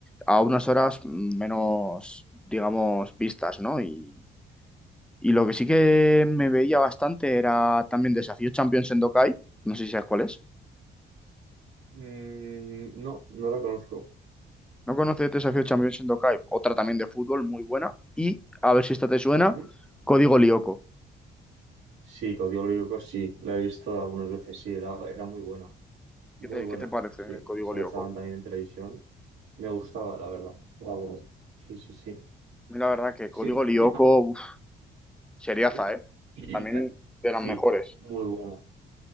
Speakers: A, in the centre; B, on the right.
A: a unas horas menos, digamos, vistas, ¿no? Y y lo que sí que me veía bastante era también Desafío Champions Sendokai. No sé si sabes cuál es.
B: Mm, no, no la conozco.
A: ¿No conoces Desafío Champions Sendokai? Otra también de fútbol, muy buena. Y, a ver si esta te suena,
B: Ujú.
A: Código Lyoko.
B: Sí, Código Lyrico sí, la he visto algunas veces, sí, era, era muy buena, muy
A: ¿Qué te,
B: buena,
A: qué te parece
B: sí,
A: el Código
B: esa
A: Lyoko?
B: la echaban también en televisión, me gustaba, la verdad, era buena. Sí, sí, sí,
A: A mí La verdad que
B: sí,
A: Código Lyoko,
B: y bueno,
A: uf, seriaza,
B: sí,
A: ¿eh?
B: y-
A: También de
B: sí,
A: las mejores.
B: muy buena,